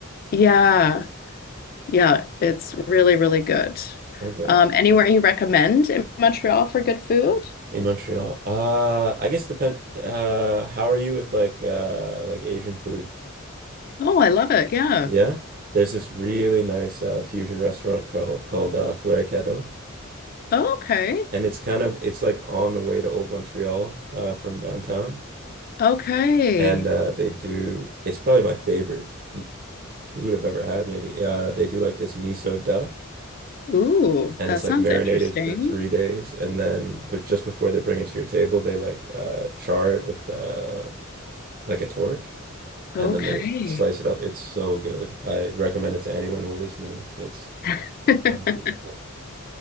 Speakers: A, on the left; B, on the right.
A: Yeah. Yeah, it's really, really good.
B: Okay.
A: Um, anywhere you recommend in Montreal for good food?
B: In Montreal. Uh, I guess depend uh how are you with like uh like Asian food?
A: Oh, I love it. Yeah.
B: Yeah. There's this really nice uh fusion restaurant called called uh Floricadeau.
A: Oh, okay.
B: And it's kind of it's like on the way to Old Montreal uh from downtown.
A: Okay.
B: And uh they do it's probably my favorite food I've ever had maybe. Uh they do like this miso duck
A: Ooh,
B: and
A: that
B: it's like
A: sounds
B: marinated
A: interesting.
B: for three days and then but just before they bring it to your table they like uh char it with uh like a torch
A: Okay.
B: and then they slice it up. It's so good. I recommend it to anyone who listens to me. It's
A: <laughs>
B: unbelievable.